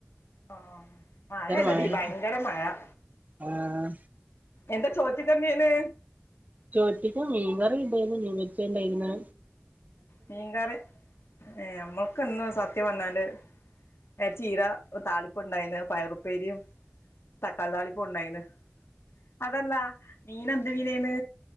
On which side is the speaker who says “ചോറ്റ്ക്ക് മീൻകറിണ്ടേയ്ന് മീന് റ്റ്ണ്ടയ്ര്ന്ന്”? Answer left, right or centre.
Right